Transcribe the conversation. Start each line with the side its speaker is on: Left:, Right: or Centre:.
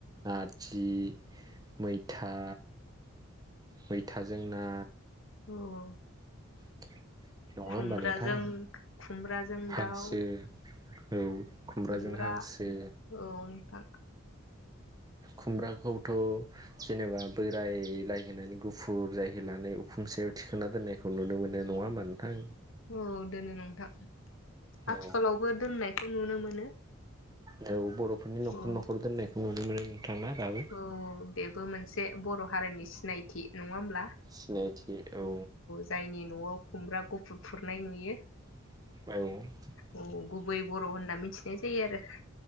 Right: आरो जि मैथा मैथाजों ना
Left: औ
Right: <inaudible>
Left: खुमब्राजों
Right: होमबा नोंथां
Left: खुमब्राजों
Right: हांसो
Left: दाउ
Right: औ खुमब्राजों
Left: खुमब्रा
Right: हांसो
Left: औ नोंथां
Right: खुमब्राखौथ' जेनेबा बोरायलाय नानै गुफुर जायहो लानाय उखुम सायाव थिखोना दोननायखौ नुनो मोनो नङा होमबा नोंथां
Left: औ दोनो नोंथां
Right: औ
Left: आथिखालावबो दोननाय खौ नुनो मोनो
Right: दौ बर'फोरनि न'खर
Left: औ
Right: न'खर दोननायखौ नुनो मोनो नोंथां ना दाबो
Left: औ बेबो मोनसे बर' हारिनि सि सिनायथि नङा हमब्ला
Right: सिनायथि औ
Left: जायनि न'आव खुमब्रा गुफुर फुरनाय नुयो
Right: औ
Left: औ गुबै बर' होनना मिथिनाय जायो आरो